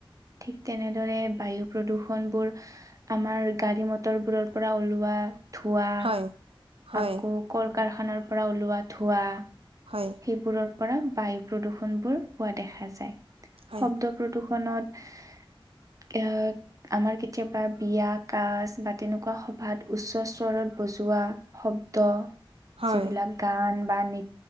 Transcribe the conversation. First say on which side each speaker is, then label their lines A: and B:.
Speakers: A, on the right; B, on the right.
A: ঠিক, তেনেদৰে বায়ু প্ৰদূষণ বোৰ আমাৰ গাড়ী মটৰবোৰৰ পৰা ওলোৱা ধোৱা,
B: হয় হয়
A: আকৌ কল কাৰখানাৰ পৰা ওলোৱা ধোৱা,
B: হয়
A: সেইবোৰৰ পৰা বায়ু প্ৰদূষণ বোৰ হোৱা দেখা যায়।
B: হয়
A: শব্দ প্ৰদূষণ খনত এয়া আমাৰ কেতিয়াবা বিয়া, কাজ বা তেনেকুৱা সভাত উচ্চস্বৰত বজোৱা শব্দ
B: হয়
A: যিবিলাক গান বা নৃ